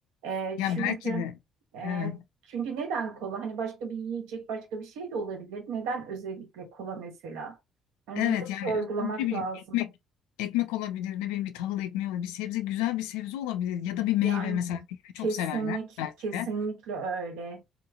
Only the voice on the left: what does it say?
Ya
belki de
evet.
Evet
yani
e, ne bileyim
ekmek ekmek olabilir ne bileyim bir tahıl ekmeği olabilir bir sebze güzel bir sebze olabilir ya da bir meyve
mesela meyve çok
severler belki
de.